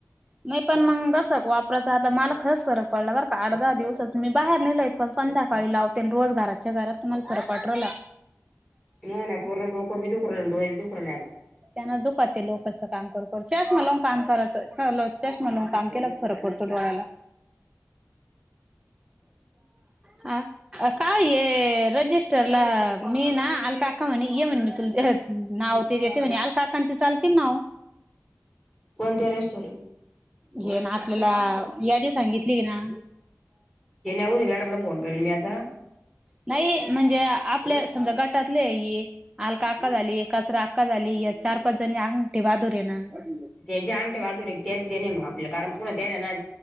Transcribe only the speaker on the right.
नाही पण मंग बस वापरायच आता मला खरच फरक पडला बरं का आठ दहा दिवसच मी बाहेर नेयत पण संध्याकाळी लावते रोज घराच्या घरात मला फरक वाटला
त्यांना दुखातते लोकचं काम करून करून चष्मा लावून काम करायचं चष्मा लावून काम केला फरक पडतो डोळ्याला हा अ काय रजिस्टर ला मी ना अल काका मणी ये म्हणे मी तु नाव ते येते म्हणे अलका ती चालते नाव
ये ना आपल्याला यादी सांगितली की ना
नाही म्हणजे आपल्या तुमच्या गटातले आहे आलका आका झाली कचरा अलका झाली या चार पाच जणी अंगठा बहादूर आईना ना